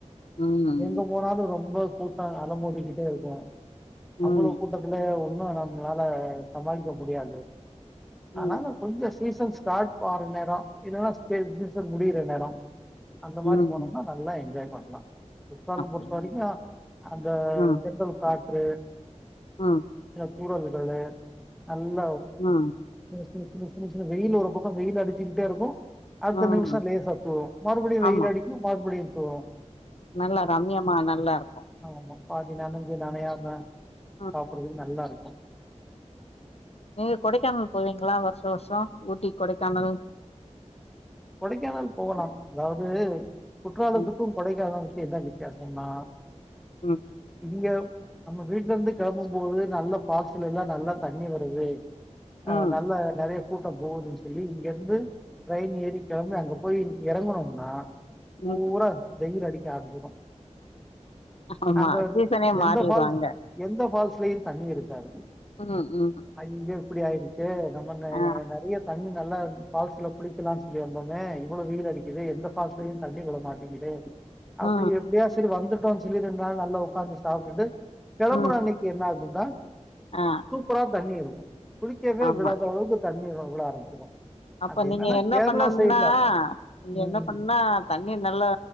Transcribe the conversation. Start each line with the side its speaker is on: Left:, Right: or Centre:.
Left: ம்
Centre: எங்க போனாலு ரொம்ப கூட்டம் அலமோதிக்டே இருக்கு அவ்ளோ
Left: ம்
Centre: கூட்டத்துல இன்னு நம்ளால சமாளிக்க முடியாது
Left: ம்
Centre: ஆனாலு கொஞ்சோ சீசன் ஸ்டார்ட் ஆவுற நேரோ இல்லன்னா சீசன் முடியுற நேரோ அந்த
Left: ம்
Centre: மாரி போனோம்னா நல்லா என்ஜாய் பண்லா கொலம்பூர்
Left: அப்டியா
Centre: போறீங்க அந்த
Left: ம்
Centre: தென்றல் காற்று
Left: ம்
Centre: ஏ கூட வந்துருக்கண்ணே நல்ல
Left: ம்
Centre: தினுஸ் தினுஸ் தினுஷ் தினுஸ்னு வெயில் ஒரு பக்கோ வெயில் அடிச்சுக்கிட்டே இருக்கும் அடுத்த
Left: ம்
Centre: நிமிஷோ லேசா தூரும் மறுபடியு வெயில்
Left: ஆமா
Centre: அடிக்கும் மறுபடியு தூரும்
Left: நல்லா ரம்யம்மா நல்லா இருக்கும்
Centre: ஆமா பாதி நானஞ்சும் நானையாம
Left: ஆ
Centre: சாப்பிடுறதுக்கு நல்லா இருக்கு
Left: நீங்க கொடைக்கானல் போவீங்களா வருஷோ வருஷோ ஊட்டி கொடைக்கானல்
Centre: கொடைக்கானல் போகலா அதாவது குற்றாலத்துக்கு
Left: ம்
Centre: கொடைக்கானலுக்கு என்ன வித்தியாசம்னா
Left: ம்
Centre: இங்க நம்ம வீட்ல இருந்து கெளம்பும் போது நல்ல பால்ஸ்ல்லா நல்லா தண்ணி வருது ஆ
Left: ம்
Centre: நல்ல நெறைய கூட்டோ போகுது தோழி இங்கிருந்து ட்ரெயின் ஏரிக் கிளம்பி அங்க போய் எறங்குணொம்னா பூரா
Left: ம்
Centre: வெயில் அடிக்க ஆரம்பிசிரு
Left: ஆமா
Centre: அங்க
Left: சீசனே
Centre: எந்த
Left: மாறிரு
Centre: ஃபால்ஸ்
Left: அங்க
Centre: எந்த ஃபால்ஸ்லயு தண்ணி இருக்காது
Left: ம் ம்
Centre: ஐய்யய்யோ இப்டி ஆயிருச்சே நம்ம ந
Left: ஆ
Centre: நெறைய தண்ணி நல்லா இரு பால்ஸ்ல குளிக்கலான் சொல்லி வந்தோமே இவ்ளோ வெயில் அடிக்குது எந்த ஃபால்ஸ்லயு தண்ணி விழ மாட்டேங்குதே
Left: ம்
Centre: அப்டி எப்டியா செரி வந்துட்டோ சொல்லி ரெண்டு நாள் நல்லா உட்காந்து சாப்ட்டுட்டு கெளம்புற
Left: ம்
Centre: அன்னைக்கு என்ன ஆகும்னா
Left: ஆ
Centre: சூப்பரா தண்ணி இருக்கு குளிக்கவே
Left: ஆமா
Centre: விடாத அளவுக்கு தண்ணி வுல ஆரம்பிச்சிரு
Left: அப்ப
Centre: அது
Left: நீங்க
Centre: என்னன்னா
Left: என்ன
Centre: கேரளா
Left: பண்ணன்னா
Centre: சைட்ல
Left: நீங்க
Centre: ம்
Left: என்ன பண்ணா தண்ணி நல்ல